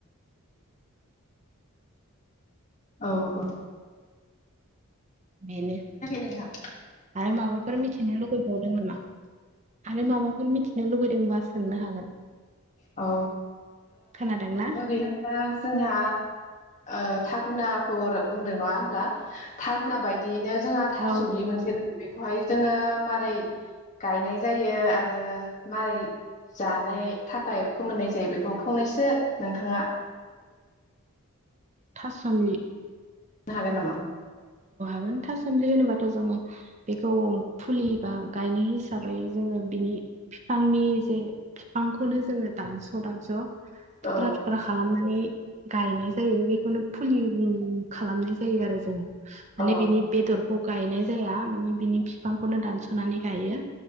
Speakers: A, on the left; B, on the right.
A: औ ओ ओ
B: बेनो
A: नोंथां
B: आरो माबाफ फोर मिथिनो लुगैबावदों नामा आरो माबाफोर मिथिनो लुगैदोंबा सोंनो हागोन?
A: अ ओ
B: खोनादोंना
A: ओरैनो जोंहा ओथ थागुनाखौ रोब बुंदों नङा होनब्ला थागुना बायदियैनो जोंहा था
B: औ
A: सोम्लि मोनसे दों बे खौहाय जोङो मारै गायनाय जायो आरो मारै जानाय थाखाय फोमोननाय जायो बेखौ फंनैसो नोंथाङा
B: था सोमलि
A: हागोन नामा?
B: गोन था सोमलि होनोबाथ' जोङो बेखौ फुलि बा गायनि हिसाबै जोङो बिनि फिफांनि जे फिफांखौनो जोङो दानस' दानस'
A: औ
B: थुख्रा थुख्रा खालामनानै गायनाय जायो बेख खौनो फुलि बुं खालामनाय जायो आरो जोङो माने
A: औ
B: बिनि बेदरखौ गायनाय जाया माने बिनि फिफांखौनो दानस'नानै गायो।